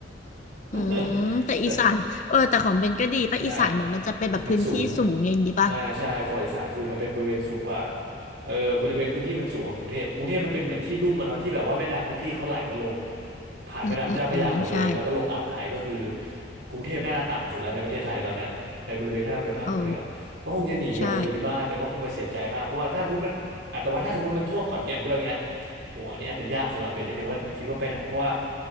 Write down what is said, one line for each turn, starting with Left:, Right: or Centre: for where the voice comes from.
Right: <laughs>
Left: อืมแต่อีสานเออแต่ของเบนก็ดีปะอีสานเหมือนมันจะเป็นแบบพื้นที่สูงอย่างนี้ปะ
Right: แต่ ใช่มมันสูงใช่ใช่จังหวัดอีสานคือมันเป็นบริเวณสูงกว่าเออบริเวณพื้นที่มันสูงกว่ากรุงเทพกรุงเทพมันเป็นเหมือนที่ลุ่มอะเนาะที่แบบว่าแม่น้ำทุกที่เขาไหลมาลงผ่านแม่น้ำเจ้าพระยาหมดเลยแล้วก็ลงอ่าวไทยก็คือ
Left: อืมอืมอืมใช่
Right: กรุงเทพน่าจะต่ำสุดแล้วในประเทศไทยตอนเนี้ยในบริเวณท่าน้ำจากภาคเหนือ
Left: เออ
Right: ก็คงจะหนีกลับมาอยู่ที่บ้านแต่ก็คงจะเสียใจมากเพราะว่าถ้าสมมติมันอ่ะแต่ว่าถ้าสมมติมันท่วมขอนแก่นด้วยเงี้ยโหอันนี้อาจจะยากสำหรับเบนนิดนึงว่าคิดว่าไปไหนเพราะว่า
Left: ใช่